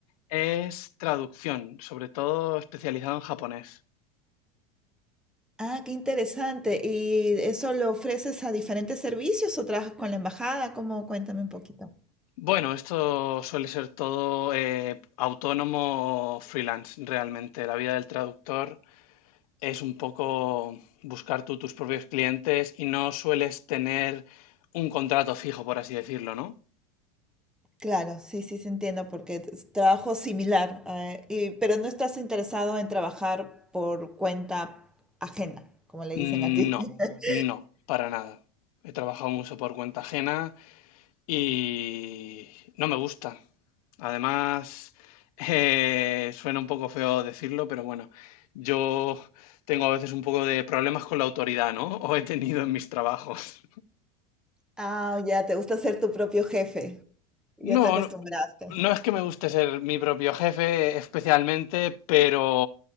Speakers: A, on the left; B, in the centre.
A: es traducción, sobre todo especializado en japonés.
B: Ah, qué interesante. ¿Y eso lo ofreces a diferentes servicios o trabajas con la embajada? ¿Cómo? Cuéntame un poquito.
A: Bueno, esto suele ser todo eh, autónomo o freelance, realmente. La vida del traductor es un poco buscar tú tus propios clientes y no sueles tener un contrato fijo, por así decirlo, ¿no?
B: Claro, sí, sí, se entiendo, porque es trabajo similar, eh, y, pero no estás interesado en trabajar por cuenta ajena, como le
A: No,
B: dicen aquí. <laughs>
A: no, para nada. He trabajado mucho por cuenta ajena. Y no me gusta. Además, <laughs> eh, suena un poco feo decirlo, pero bueno, yo tengo a veces un poco de problemas con la autoridad, ¿no? <laughs> O he tenido en mis trabajos.
B: Ah, ya, te gusta ser tu propio jefe. Ya
A: No,
B: te acostumbraste.
A: no, no es que me guste ser mi propio jefe especialmente, pero